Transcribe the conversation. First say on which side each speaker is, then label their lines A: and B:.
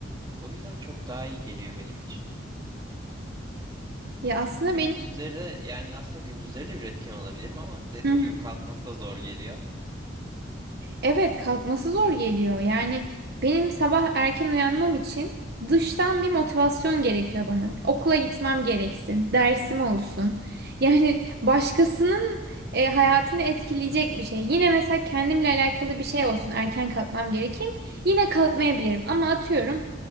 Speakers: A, on the right; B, on the right.
A: O yüzden çok daha iyi geliyor benim için.
B: Ya aslında
A: Gündüzleri de yani aslında gündüzleri de üretken olabilirim ama dediğin
B: benim
A: gibi kalkması da zor geliyor.
B: Evet, kalkması zor geliyor. Yani benim sabah erken uyanmam için dıştan bir motivasyon gerekiyor bana. Okula gitmem gereksin, dersim olsun. Yani başkasının e, hayatını etkileyecek bir şey. Yine mesela kendimle alakalı bir şey olsun, erken kalkmam gerekeyim. Yine kalkmayabilirim ama atıyorum